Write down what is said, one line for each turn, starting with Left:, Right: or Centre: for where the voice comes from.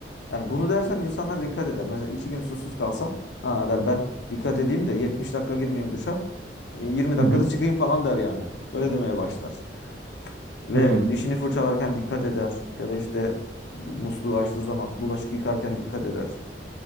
Left: Yani bunu dersen insanlar dikkat eder. Mesela 2 gün susuz kalsa ha der ben dikkat edeyim de 70 dakika girmeyeyim dışa. e, 20 dakikada
Right: Hı hı.
Left: çıkayım falan der yani. Öyle demeye başlar. Ve
Right: Hı.
Left: dişini fırçalarken dikkat eder. Ya da işte musluğu açtığı zaman bulaşık yıkarken dikkat eder.